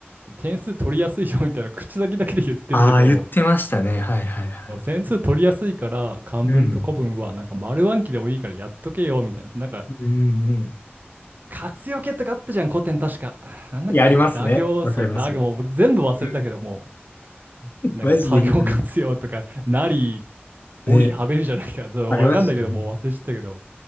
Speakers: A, on the right; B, on the left.
A: 点数取りやすいよみたいな口先だけで言ってるけど、
B: ああ、言ってましたね。はいはいはい。
A: そう線数取りやすいから漢文と古文はなんか丸暗記でもいいからやっとけよみたいな。
B: うん。
A: なんか
B: うんうん。
A: 活用形とかあったじゃん古典確か。なんだっけ羅行そう羅行もう僕全部忘れたけども
B: いや、ありますね。わかりますよ。うん。
A: うなんか多行活用とかなり
B: マジでいいな。ね。
A: おりはべりじゃないかちょっとわかんないけどもう私ったけど
B: ありましたね。